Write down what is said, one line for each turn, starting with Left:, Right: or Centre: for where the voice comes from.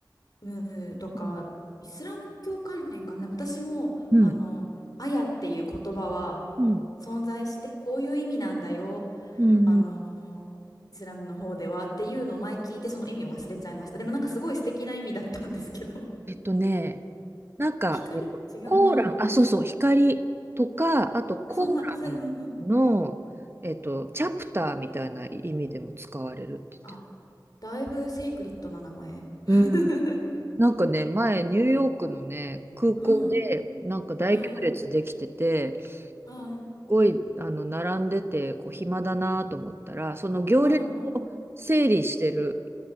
Left: ムとかイスラム教関連かな。
Right: うん
Left: でも私も、
Right: うん。
Left: あの、アヤっていう言葉は
Right: うん
Left: 存在して、こういう意味なんだよ。
Right: うんうん
Left: あの、イスラムの方ではっていうのを前聞いて、その意味を忘れちゃいました。でもなんかすごい素敵な意味だったんですけど。<laughs>
Right: えっとね、なんか、
Left: 光違うなぁ。
Right: えっと、コーラン、あ、そうそう、光とか、あとコーランの、
Left: あ、そんな、そうんうん。
Right: えっと、チャプターみたいな意味でも使われるって言ってた。
Left: あ、だいぶセイクリッドな名前。
Right: うん。
Left: <laughs>
Right: なんかね、前、ニューヨークのね、空港で、
Left: うん。
Right: なんか大行列できてて、
Left: はい。
Right: す
Left: はい。
Right: ごい、あの、並んでて、こう、暇だなと思ったら、その行列を整理してる、
Left: はい。はい。